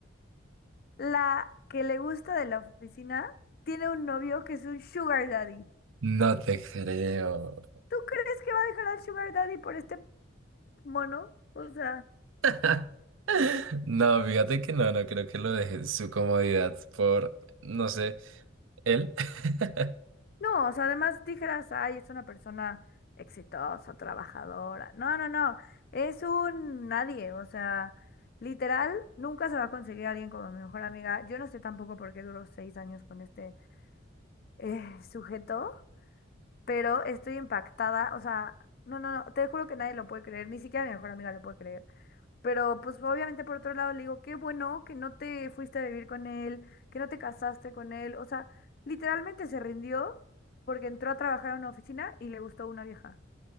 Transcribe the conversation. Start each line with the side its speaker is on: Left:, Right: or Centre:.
Left: la que le gusta de la oficina tiene un novio que es un sugar daddy.
Right: No te creo.
Left: ¿Tú crees que va a dejar al sugar daddy por este mono? O sea...
Right: <laughs> No, fíjate que no, no creo que lo deje en su comodidad por, no sé, él <laughs>
Left: No, o sea, además dijeras, ay, es una persona exitosa, trabajadora. No, no, no, es un nadie, o sea, literal, nunca se va a conseguir alguien como mi mejor amiga. Yo no sé tampoco por qué duró seis años con este eh, sujeto, pero estoy impactada, o sea, no, no, no, te juro que nadie lo puede creer, ni siquiera mi mejor amiga lo puede creer. Pero pues obviamente por otro lado le digo, qué bueno que no te fuiste a vivir con él, que no te casaste con él. O sea, literalmente se rindió porque entró a trabajar a una oficina y le gustó una vieja.